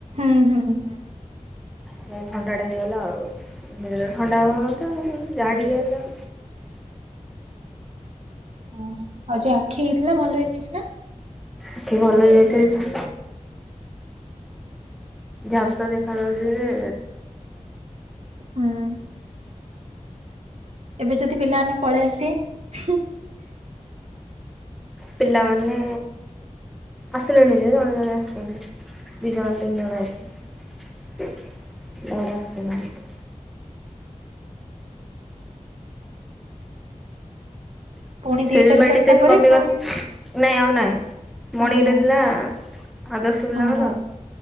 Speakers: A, on the right (about 55°); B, in the centre.
A: ହୁଁ ହୁଁ ହୁଁ।
B: ସେ ଥଣ୍ଡା ଟା ହେଇଗଲା ଆଉ, ଥଣ୍ଡା ହବ ମତେ ଯାହା ଟିକେ ହେଲେ
A: ହଁ ଆଉ ଯାହା ଆଖି ହେଇଥିଲା ଭଲ ହେଇଯାଇଚି ନା?
B: ଆଖି ଭଲ ହେଇ ଯାଇଚି ଝାପ୍ସା ଦେଖାଯାଉଚି ଜେ
A: ହୁଁ,। ଏବେ ଯଦି ପିଲାମାନେ ପଳେଇ ଆସିବେ?
B: ପିଲାମାନେ ଆସିଲେଣି ଜେ ଜଣେ, ଆଉ ଜଣେ ଆସିଚନ୍ତି। ଦି ଜଣ, ତିନି ଜଣ ଆସିଛନ୍ତି। ଇଆଡ଼େ ଆସିନାହାନ୍ତି।
A: ପୁଣି
B: ସେ
A: ଦିଟାରୁ
B: ମେଡିସିନ
A: ଚାରିଟା ପରେ
B: କାବ
A: ପୁଣି
B: ନାଇଁ ଆଉ ନାଇଁ ମର୍ଣିଂରେ
A: ଆଚ୍ଛା
B: ଥିଲା। ଆଦର୍ଶ ବିଲାଙ୍କର
A: ହଁ ହଁ।